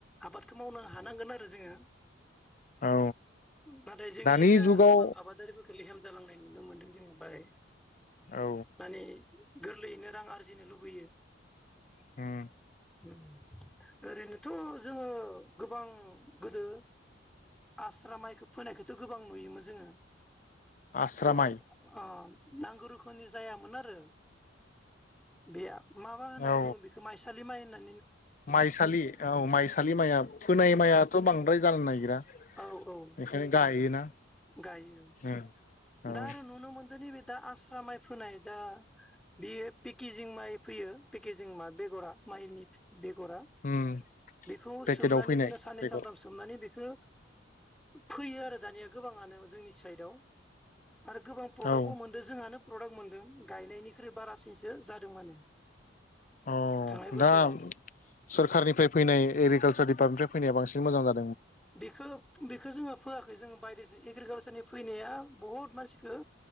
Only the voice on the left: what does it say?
औ
दानि
जुगाव
औ
उम
आस्रा
माइ
औ
माइसालि औ माइसालि माइया फोनाय मायाथ बांद्राय जानो नागिरा बेखायनो
गायोना
ओ
औ।
उम
पेकेटाव
फैनाय
बेगर
औ
अ
दा सोरखारनिफ्राय फैनाय एग्रिकालसार। बबेनिफ्राय फैनाया बांसिन मोजां जाद